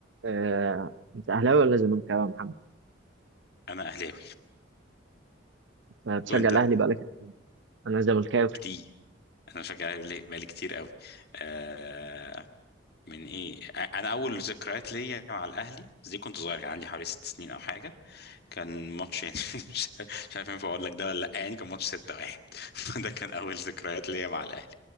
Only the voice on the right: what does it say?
آه، انت اهلاوي ولا زملكاوي يا محمد؟
انت بتشجع
الاهلي بقالك قد إيه؟ انا زملكاوي